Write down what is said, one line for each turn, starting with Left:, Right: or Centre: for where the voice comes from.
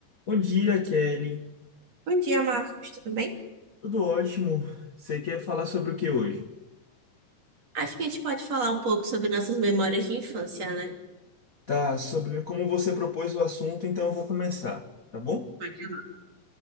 Left: Bom dia, Kelly.
Right: Bom dia, Marcos, tudo bem?
Left: Tudo ótimo. Você quer falar sobre o que hoje?
Right: Acho que a gente pode falar um pouco sobre nossas memórias de infância, né?
Left: Tá, sobre como você propôs o assunto, então eu vou começar, tá bom?
Right: Pode ir lá.